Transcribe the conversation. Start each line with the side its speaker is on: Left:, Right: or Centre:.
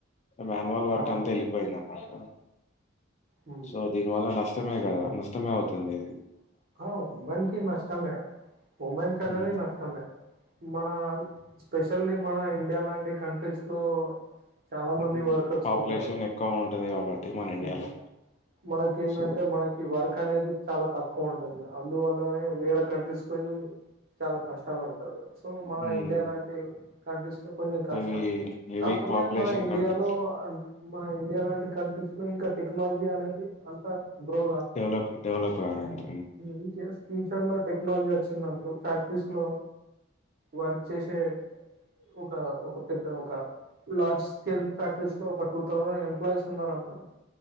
Left: మాన్యువల్ వర్క్
Right: అవునవును
Left: అంతా వెళ్ళిపోయింది అనమాట
Right: హ్మ్.
Left: సో దీని వల్ల నష్టమే కదా నష్టమే అవ్ తొమ్మిది
Right: అ మంకి నష్ట మె ఉమెన్ కనేది
Left: హ్మ్.
Right: నష్టమే మన స్పెషల్లీ మన ఇండియా లాంటి కంట్రీస్ లో చాలా మంది
Left: హ్మ్.
Right: వర్కర్స్
Left: పాపులేషన్
Right: ఉంటరు,
Left: ఎక్కువ ఉంటది గాబట్టి మన ఇండియాలో.
Right: హు మనకి ఏందంటే
Left: సో
Right: మనకి వర్క్ అనేది చాలా తక్ ఎక్కువ ఉంటది అందువల్లనే వేర్ కంట్రీస్ పోయి చాలా కష్టపడతారు సో మన
Left: హ్మ్.
Right: ఇండియా లాంటి కంట్రీస్ లో కొంచెం కష్టం
Left: హెవీ, హెవీ
Right: కాకపోతే
Left: పాపులేషన్
Right: మన ఇండియాలో
Left: కంట్రీస్
Right: అ మన ఇండియా లాంటి కనిపిస్తున్నా ఇంకా టెక్నాలజీ అనేది అంత గ్రో
Left: డవలప్ డవలప్ కాలేఅంత
Right: నిది కెల్లా ఫ్యూచర్ లో టెక్నాలజీ వచ్చిందంకో ఫ్యాక్టరీస్ లో వర్క్ చేసే ఒక ఒక పెద్ద ఒక లార్జ్ స్కేల్ ఫ్యాక్టరీస్ లో ఒక టూ థౌసండ్ ఎంప్లాయస్ ఉన్నారు అనుకోండి